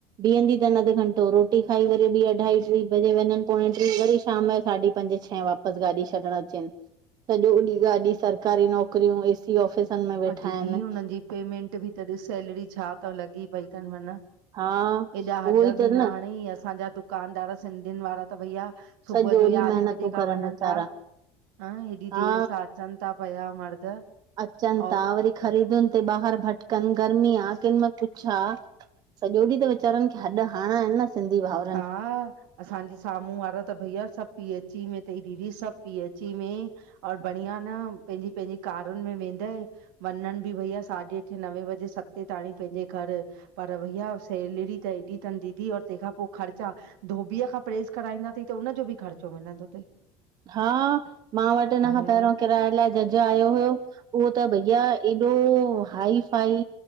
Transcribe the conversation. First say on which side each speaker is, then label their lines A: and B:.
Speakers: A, on the right; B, on the right.
A: बीहंदी तन अध घंटो रोटी खांई वरी ॿी अढाई टी बजे वञनि पोेड़ें टी वरी शाम जो साढी पंजे छहे वापसि गाॾी छॾणु अचेन। सॼो ॾींहुं गाॾी सरकारी नौकरियूं एसी ऑफिसनि में वेठा
B: ऐं दीदी
A: आहिनि।
B: हुननि जी पेमेंट बि त ॾिस सैलेरी छा त लॻी पई तनि मन।
A: हा उहो
B: हेॾा हॾ
A: ई
B: बि
A: त
B: न हणे असांजा दुकानदार सिंधियुनि वारा त भईया सुबुह
A: सॼो
B: जो
A: ॾींहुं
B: यारहें
A: महिनतूं
B: बजे खां
A: करनि
B: वञनि
A: वेचारा
B: था, हं हेॾी
A: हा
B: देरि सां अचनि था पया मर्द।
A: अचनि
B: ऐं
A: ता वरी ख़रीदुनि ते ॿाहिरि भटकनि गर्मी आ केॾिमल कुछ आ? सॼो ॾींहुं त वीचारनि खे हॾ हरणा आहिनि सिंधी भाऊ
B: हा। असांजे साम्हूं वारा त भैया सभु पी ऐच ई में तई दीदी सभु पी एची में और बढ़िया न पंहिंजी पंहिंजी कारुनि में वेंदइ। वनन बि भईया साढे अठे नवे बजे, सते ताणी पंहिंजे घर। पर भईया सेलरी त एॾी तन दीदी और तंहिंखां पो ख़र्चा धोबीअ खां प्रेस कराईंदा तई त उनजो बि ख़र्चो मिलंदो तई।
A: हा मां वटि हिन खां
B: यार
A: पहिरों किराय लाई जज आयो हुयो, उहो त भईया एॾो हाई फाई,